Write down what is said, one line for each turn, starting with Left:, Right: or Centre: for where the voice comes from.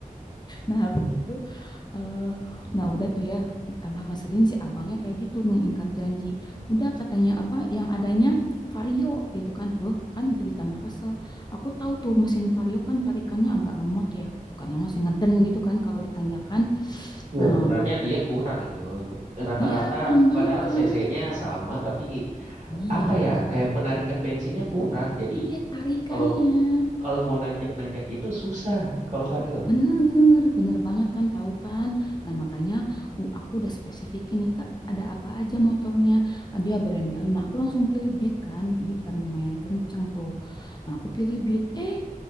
Left: Nah, habis itu eh nah udah tuh ya, tambah ngeselin si abangnya kayak gitu nu ingkar janji. Udah katanya apa yang adanya vario gitu kan. Loh, kan jadi tambah kesel. Aku tahu tuh mesin vario kan tarikannya agak lemot ya. Bukan lemot sih ngeden gitu kan kalau ditanjakan.
Right: Iya,
Left: Nah,
Right: sebenarnya dia kurang itu. Rata-rata
Left: iya kurang banget
Right: padahal
Left: kan?
Right: CC-nya sama tapi
Left: Iya,
Right: apa ya? Kayak penarikan bensinnya kurang. Jadi
Left: iya tarikannya.
Right: kalau kalau mau nanjak-nanjak gitu susah kalau Vario.
Left: Bener, bener banget kan tahu kan. Nah
Right: Hmm.
Left: makanya uh, aku udah spesifikin nih Kak, ada apa aja motornya. Ah, Dia berendelin. Nah aku langsung pilih Beat kan. Beat kan lumayan kenceng tuh. Nah aku pilih Beat. Eh